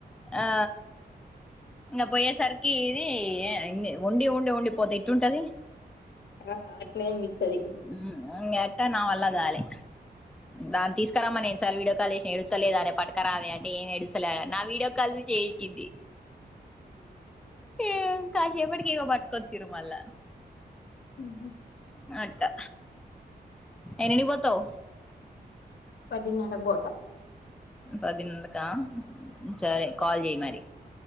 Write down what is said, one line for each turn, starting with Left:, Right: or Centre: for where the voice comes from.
Centre: ఆ ఇంగ పోయేసరికి ఇది యే ఇన్ని ఉండి ఉండి ఉండిపోతే ఎట్టుంటది?
Left: ఆ అట్లన్ పిస్తది
Centre: ఉమ్ ఇన్గట్టా నా వల్ల గాలె దాన్ తీసుకురమ్మ నేన్ సార్లు వీడియో కాల్ జేష్ణ ఎడుస్ సలేదానే పట్క రావే అంటే ఏమ్ ఎడుస్తలే నా వీడియో కాల్ జూసి ఏడ్షింది ఏం కాశేపటికి ఇగ పట్కొచ్చిర్రూ మల్లా.
Left: ఉహు
Centre: అట్టా ఎన్నింటికి పోతవ్
Left: పదిన్నరకి పోతా
Centre: పదిన్నరకా సరే కాల్ చేయి మరి.